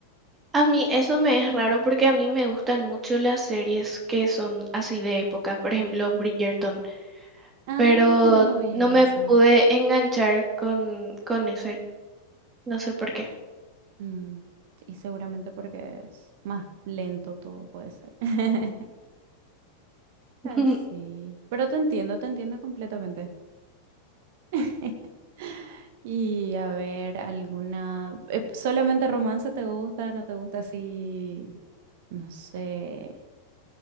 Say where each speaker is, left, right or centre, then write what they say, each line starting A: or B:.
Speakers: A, on the right; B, on the right.
A: A mí eso me es raro porque a mí me gustan mucho las series que son así de época, por ejemplo Bridgerton,
B: Ah,
A: pero
B: yo no vi
A: no
B: esa.
A: me pude enganchar con, con ese, no sé por qué.
B: Mm, y seguramente porque es más lento todo puede ser. <laughs>
A: <laughs>
B: Así. Pero te entiendo, te entiendo completamente. <laughs> Y a ver, alguna... eh, ¿solamente romance te gusta? ¿No te gusta así? No sé,